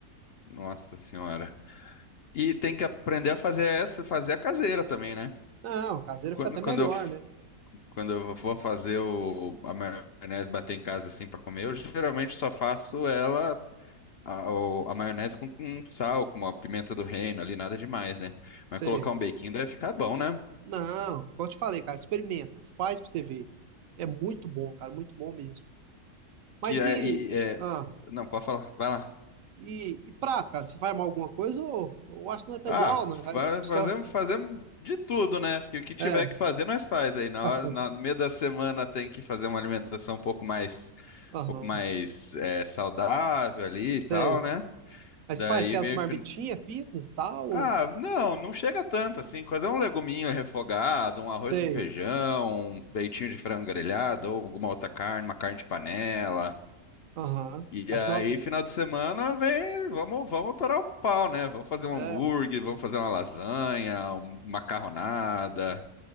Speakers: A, on the left (about 65°); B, on the right (about 65°).
A: Nossa senhora. E tem que aprender a fazer essa, fazer a caseira também, né?
B: Não, caseira
A: Quando,
B: fica até
A: quando
B: melhor,
A: eu
B: né?
A: Quando eu vou fazer o, a maionese bater em casa assim para comer, eu geralmente só faço ela, a, o- a maionese com, com sal, com uma pimenta do reino ali, nada demais, né?
B: Sei.
A: Mas colocar um bequinho deve ficar bom, né?
B: Não, como eu te falei, cara, experimenta. Faz pra você ver. É muito bom, cara, muito bom mesmo. Mas
A: Que é,
B: e.
A: e é-
B: Ah,
A: Não, pode falar, vai lá.
B: e, e prato, cara? Você vai armar alguma coisa ou eu acho que não é tá
A: Ah,
B: igual, né?
A: fa-
B: Vai só.
A: fazemos, fazemos de tudo, né? Porque o que tiver
B: É,
A: que fazer, nós faz aí. Na
B: <laughs>
A: hora, na- no meio da semana tem que fazer uma alimentação um pouco mais,
B: aham,
A: um pouco mais é, saudável ali
B: sei.
A: e tal, né?
B: Mas
A: Daí
B: você faz aquelas
A: vem
B: marmitinhas
A: o fin-
B: fitness e tal? ou-
A: Ah, não, não chega tanto assim. Quase é um leguminho refogado, um arroz
B: Sei.
A: com feijão, um peitinho de frango grelhado ou alguma outra carne, uma carne de panela.
B: Aham.
A: E
B: Afinal,
A: aí, final de semana, vem, vamos, vamos torar o pau, né? Vamos fazer um
B: é,
A: hambúrguer, vamos fazer uma lasanha, uma macarronada.